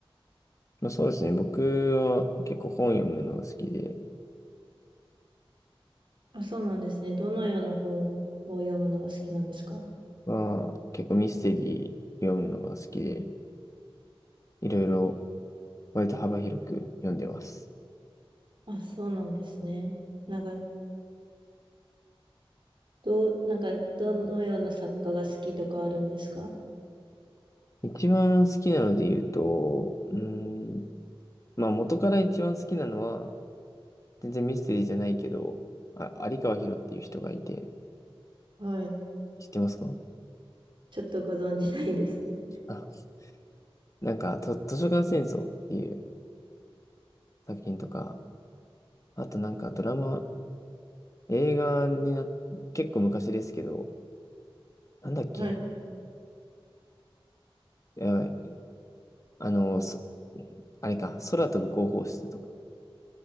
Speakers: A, on the left (about 35°); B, on the right (about 55°).
A: まあ、そうですね。僕は結構本読むのが好きで、
B: あ、そうなんですね。どのような本を読むのが好きなんですか
A: まあ、結構ミステリー読むのが好きで、いろいろ割と幅広く読んでます。
B: あ、そうなんですね。なんか、どう、なんか、どのような作家が好きとかあるんですか
A: 一番好きなので言うと、うーん、まあ元から一番好きなのは、全然ミステリーじゃないけど、あ、有川博っていう人がいて、
B: はい。
A: 知ってますか
B: ちょっとご存じないですね。
A: あなんか、と、図書館戦争っていう作品とか、あとなんかドラマ、映画にな、結構昔ですけど、なんだっけ
B: はい。
A: やばい。あの、そ、あれか、空飛ぶ広報室とか、